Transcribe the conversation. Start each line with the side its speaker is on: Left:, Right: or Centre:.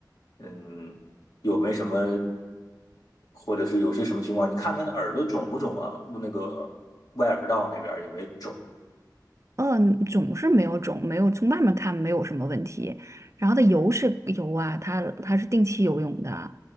Left: 嗯，有没什么，或者是有些什么情况？你看他的耳朵肿不肿啊？那个耳外耳道那边有没有肿？
Right: 嗯，肿是没有肿，没有从外面看没有什么问题。然后它游是游啊，它它是定期游泳的，